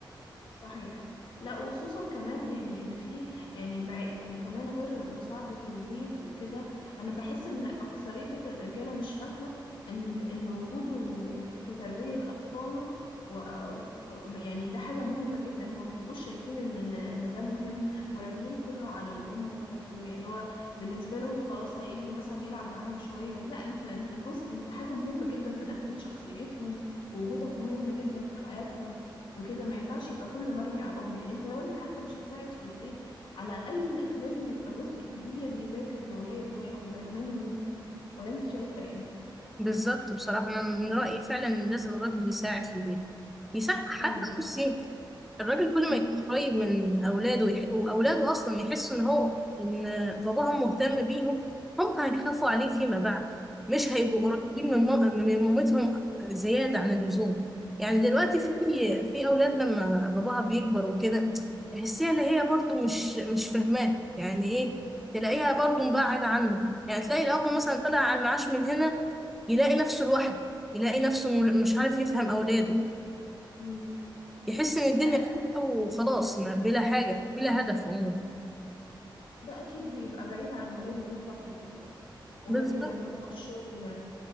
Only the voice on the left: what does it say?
صحيح لا وخصوصا كمان يعني ان في يعني بع- يعني كمان غير مساعدة البيت وكده انا بحس ان اكثرية الرجالة مش فاهمة ان ان وجوده في تربية اطفاله و ف- يعني ده حاجة مهمة جدا هما مبيبقوش شايفين ان ان إن ده مهم وراميين كله على الام وفك ويعني اللي هو بالنسبة له هو خلاص هيجي مثلا يلعب معاهم شوية لا انت انت جزء انت حاجة مهمة جدا في تكوين شخصيتهم ووجودك مهم جدا في حياتهم وكده ما ينفعش يبقى كله مرمي على الأم يعني انت لو انت حتى مش هتساعد في البيت على الأقل لازم يبقى جزء كبير يذاكر لولاده وياخد باله منهم ولا انت شايفة ايه؟
ايوه
مم.
ايوه
ايوه
اه
مم.
مم.
ده أكيد
ده أكيد بيبقى بعيد عن ولاده طول فترة حياته وفاكر
إن هو الشغل